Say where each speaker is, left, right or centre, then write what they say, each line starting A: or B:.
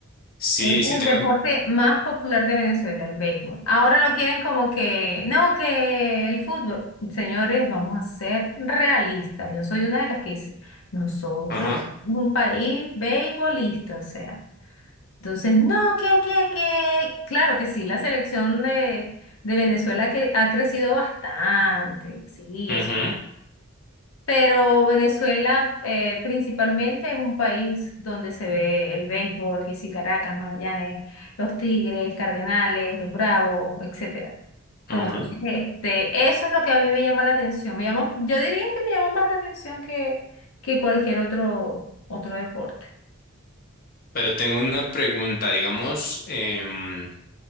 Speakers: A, on the left; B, on the left.
A: sí,
B: Ese es
A: sí
B: el
A: tengo.
B: deporte más popular de Venezuela, el béisbol. Ahora lo quieren como que, no, que el fútbol. Señores, vamos a ser realistas. Yo soy una de las que dice, nosotros
A: Ajá,
B: somos un país beisbolista, o sea. Entonces, no, que, que, que. Claro que sí, la selección de, de Venezuela que ha crecido bastante. Sí,
A: ajá,
B: eso. Pero Venezuela eh, principalmente es un país donde se ve el béisbol, que sí, Caracas, Magallanes, los Tigres, Cardenales, los Bravos, etcétera.
A: ajá.
B: Entonces, este, eso es lo que a mí me llama la atención. Me llama, yo diría que me llama más la atención que, que cualquier otro, otro deporte.
A: Pero tengo una pregunta, digamos, em,